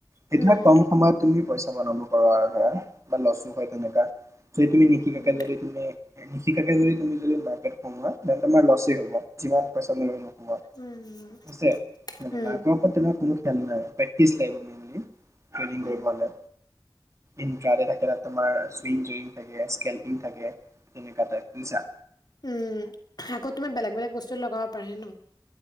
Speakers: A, on the right (about 35°); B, on the left (about 55°).
A: হেদিনা
B: উম
A: কম সময়ত তুমি পইচা বনাব পাবা আৰু ধৰা বা লচ নহয় তেনেকা। যদি তুমি নিশিকাকে,
B: উম
A: যদি তুমি নিশিকাকে যদি তুমি যদি, বাৰগেন কৰোৱা, দেন তোমাৰ লচ এ হব, যিমান। <unintelligible>
B: উম।
A: <unintelligible> <unintelligible>
B: উম
A: পেক্টিচ লাগিব মেনলি। ট্ৰেডিং
B: উম
A: কৰিব হলে, ইণ্ট্ৰা ডে থাকে তাত তোমাৰ স্বিং ট্ৰেডিং থাকে, স্কেলপিং থাকে, তেনেকা টাইপ, বুইছা?
B: উম, আকৌ তোমাৰ বেলেগ বেলেগ বস্তুত লগাব পাৰে ন?